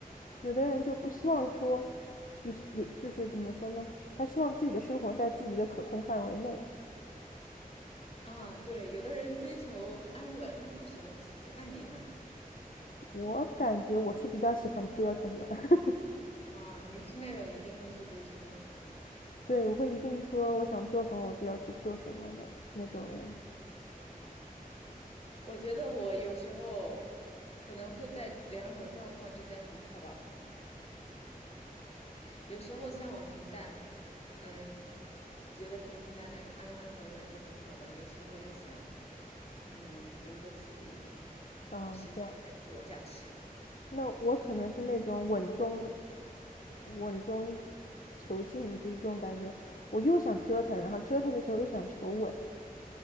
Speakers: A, on the left (about 65°); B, on the left (about 40°).
A: 有的人就不希望说，有有就是怎么说呢？他希望自己的生活在自己的可控范围内。
B: 啊，对，有的人追求安稳，他不喜欢刺激，那你呢？
A: 我感觉我是比较喜欢折腾的。<laughs>
B: 啊，你是那种一定会去追求梦想的。
A: 对，我会一定说我想做什么，我就要去做什么的那种人。
B: 我觉得我有时候可能会在两种状况之间很跳板儿有时候向往平淡，嗯，觉得平平淡淡、安安稳稳就挺好的；有时候又想，嗯，比如说刺激一点，
A: 啊，
B: 实现一下自我价值。
A: 这样。那我可能是那种稳中稳中求进，就是这种感觉。我又想折腾，然后折腾的时候又想求稳，